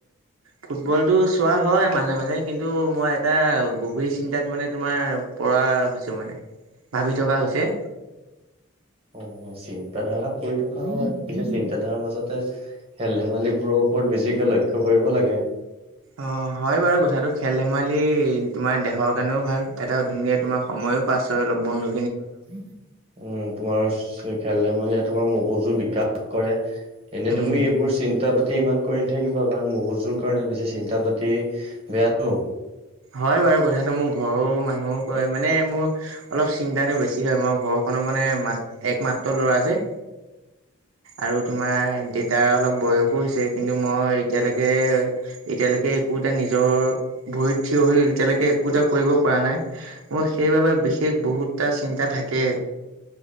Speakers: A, on the right (about 80°); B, on the right (about 30°).
A: ফুটবলতটো চোৱা হয় মাজে মাজে। কিন্তু, মই এটা গভীৰ চিন্তাত মানে তোমাৰ পৰা হৈছে মানে, ভাবি থকা হৈছে।
B: অ', চিন্তা ধাৰা পৰি থকা হয়। পিছে চিন্তা ধাৰাৰ মাজতে। খেল-ধেমালিবোৰৰ ওপৰত বেছিকে লক্ষ্য কৰিব লাগে।
A: অ, হয় বাৰু কথাটো, খেল-ধেমালি তোমাৰ দেহৰ কাৰণেও ভাল, এটা ধুনীয়া তোমাৰ সময়ো পাছ হয়। অলপ বন্ধু
B: উম, তোমাৰ খেল-ধেমালিয়ে তোমাৰ মগজু বিকাশ কৰে। এনে
A: উম
B: তুমি, এইবোৰ চিন চিন্তা পাতি ইমান কৰি নাথাকিবা, কাৰণ মগজুৰ কাৰণে বেছি চিন্তা পাতি বেয়াটো।
A: হয় বাৰু কথাটো, মোক ঘৰৰ মানুহও কয় মানে মোৰ অলপ চিন্তাটো বেছি হয়, মই ঘৰখনৰ মানে মাত একমাত্ৰ ল'ৰা যে। আৰু তোমাৰ দেউতাৰ অলপ বয়সো হৈছে। কিন্তু মই এতিয়ালৈকে এতিয়ালৈকে, একো এটা নিজৰ ভৰিত থিয় হৈ এতিয়ালৈকে, একো এটা কৰিব পৰা নাই। মোৰ সেইবাবে বিশেষ বহুতটা চিন্তা থাকে।